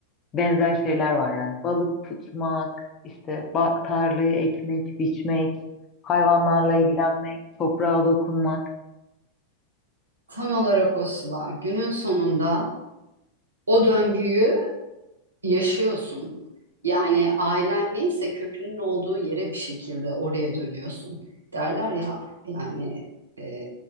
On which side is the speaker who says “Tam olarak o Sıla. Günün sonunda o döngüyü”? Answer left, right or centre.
Right